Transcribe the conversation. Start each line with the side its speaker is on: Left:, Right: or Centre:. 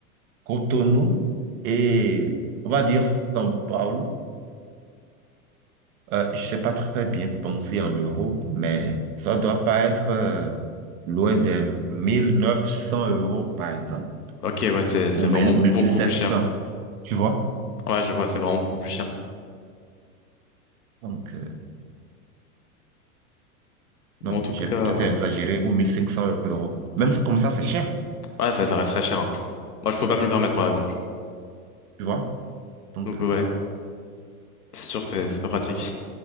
Right: Cotonou et, on va dire, São Paulo. Euh, je ne sais pas très bien penser en euros, mais ça ne doit pas être euh, loin des 1900 euros, par exemple,
Left: Ok, ouais, c'est c'est
Right: ou mille,
Left: vraiment
Right: mille
Left: beaucoup
Right: sept
Left: plus cher.
Right: cents tu vois.
Left: Ouais, je vois, c'est vraiment beaucoup plus cher.
Right: Donc, euh,
Left: Bon,
Right: non,
Left: en tout
Right: j'ai
Left: cas,
Right: peut-être
Left: ouais.
Right: exagéré, ou 1500 euros. Même ça- comme ça, c'est cher,
Left: Ouais, ça, ça resterait cher. hein. Moi, je peux pas me le permettre, par exemple.
Right: tu vois. Donc,
Left: Donc, ouais,
Right: euh,
Left: c'est sûr que c'est c'est pas pratique.